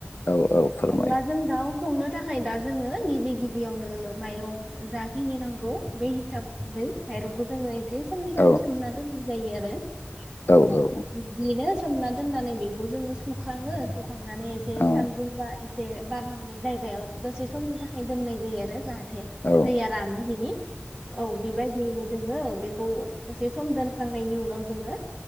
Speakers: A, on the left; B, on the right.
A: औ औ फोरमाय
B: अनलाजों दाउ संनो थाखाय दा जोङो गिबि गिबियावनो माइरं जाखिनि नांगौ। बे हिसाब बै माइरंखौ जोङो। जे समनि थाखाय
A: औ
B: सोमना दोन जायो आरो। अ
A: औ औ
B: बिनो। सोमना दोन्नानै बेखौ जोङो सुखाङो। खांनानै एसे
A: औ
B: सानदुंबा एसे बार नांनाय जायगायाव दसे समनि थाखाय दोननाय जायो आरो जाहाथे थे
A: औ
B: दैया रानो बिनि औ बेबायदियैनो जों। बेखौ दसे सम दोनखांनायनि उनाव जोङो